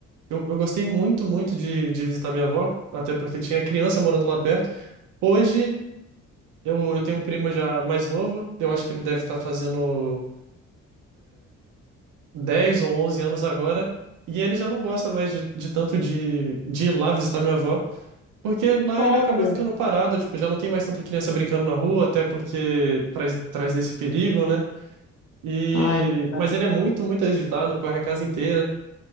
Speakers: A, on the right; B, on the left.
A: eu, eu gostei muito, muito de, de visitar minha avó, até porque tinha criança morando lá perto. Hoje, eu, eu tenho um primo já mais novo, eu acho que ele deve estar fazendo 10 ou 11 anos agora, e ele já não gosta mais de, de tanto de, de ir lá visitar minha avó, porque lá
B: Olha.
A: ele acaba ficando parado, tipo, já não tem mais tanta criança brincando na rua, até porque traz, traz desse perigo, né? E...
B: Ai, tá.
A: Mas ele é muito, muito agitado, corre a casa inteira.